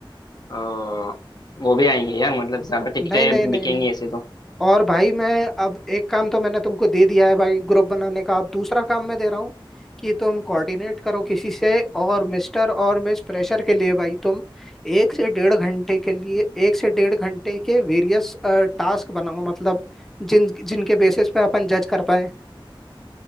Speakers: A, on the left (about 50°); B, in the centre.
A: आ, वो भी आएंगी यार मतलब ज्यादा टिकटें
B: नहीं नहीं नहीं
A: बिकेंगी
B: नहीं
A: ऐसे तो
B: और भाई मैं अब एक काम तो मैंने तुमको दे दिया है भाई ग्रुप बनाने का अब दूसरा काम मैं दे रहा हूँ कि तुम कोऑर्डिनेट करो किसी से और मिस्टर और मिस फ्रेशर के लिए भाई तुम एक से डेढ़ घंटे के लिए एक से डेढ़ घंटे के वेरियस टास्क बनाओ मतलब जिन जिनके बेसिस पे अपन जज कर पाए